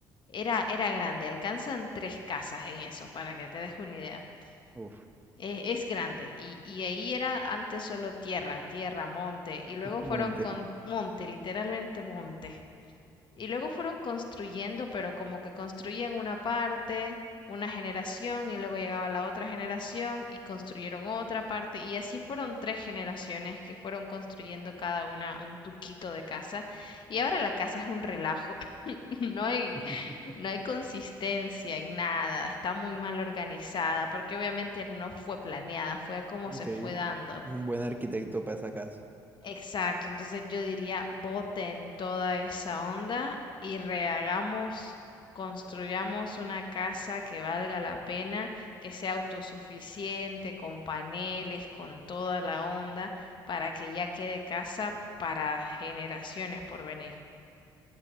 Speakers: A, on the left; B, on the right.
A: era era grande, alcanzan tres casas en eso, para que te deje una idea.
B: Uf,
A: Eh, Es grande y, y ahí era antes solo tierra, tierra, monte y luego fueron
B: monte.
A: con monte, literalmente monte. Y luego fueron construyendo, pero como que construían una parte, una generación, y luego llegaba la otra generación y construyeron otra parte, y así fueron tres generaciones que fueron construyendo cada una un tuquito de casa, y ahora la casa es un relajo, <laughs> no hay,
B: <laughs>
A: no hay consistencia en nada, está muy mal organizada, porque obviamente no fue planeada, fue a como
B: Ok,
A: se fue dando.
B: Un buen arquitecto para esa casa.
A: Exacto, entonces yo diría, boten toda esa onda y rehagamos, construyamos una casa que valga la pena, que sea autosuficiente, con paneles, con toda la onda, para que ya quede casa para generaciones por venir.